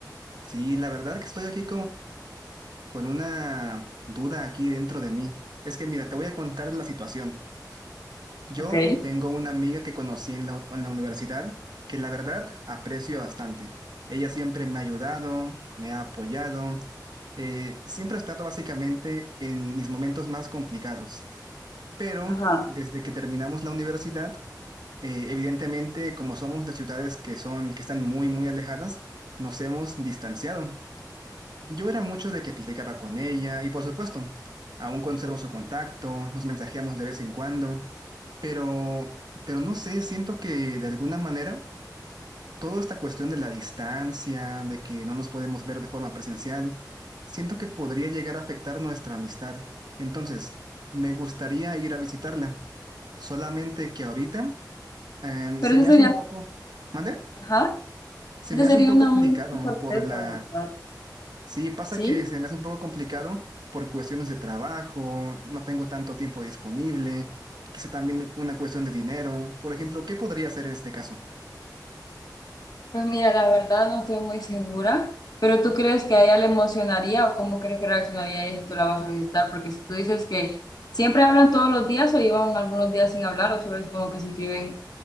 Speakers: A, on the right (about 75°); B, on the left (about 65°).
A: Sí, la verdad que estoy aquí con una duda aquí dentro de mí. Es que mira, te voy a contar la situación. Yo
B: Ok.
A: tengo una amiga que conocí en la, en la universidad que la verdad aprecio bastante. Ella siempre me ha ayudado, me ha apoyado, eh, siempre ha estado básicamente en mis momentos más complicados. Pero
B: Ajá.
A: desde que terminamos la universidad, eh, evidentemente como somos de ciudades que son, que están muy, muy alejadas, nos hemos distanciado. Yo era mucho de que platicaba con ella y por supuesto, aún conservo su contacto, nos mensajeamos de vez en cuando, pero, pero no sé, siento que de alguna manera toda esta cuestión de la distancia, de que no nos podemos ver de forma presencial, siento que podría llegar a afectar nuestra amistad. Entonces, me gustaría ir a visitarla, solamente que ahorita eh,
B: Pero
A: se
B: eso
A: me
B: sería,
A: hace un poco, ¿mande?
B: ajá,
A: Se
B: esa
A: me
B: sería
A: hace un poco
B: una
A: complicado
B: muy buena sorpresa,
A: por la,
B: ¿verdad?
A: Sí, pasa
B: ¿Sí?
A: que se me hace un poco complicado por cuestiones de trabajo, no tengo tanto tiempo disponible, quizá también una cuestión de dinero. Por ejemplo, ¿qué podría hacer en este caso?
B: Pues mira, la verdad no estoy muy segura, pero ¿tú crees que a ella le emocionaría o cómo crees que reaccionaría ella si tú la vas a visitar? Porque si tú dices que siempre hablan todos los días o llevan algunos días sin hablar o solo es como que se escriben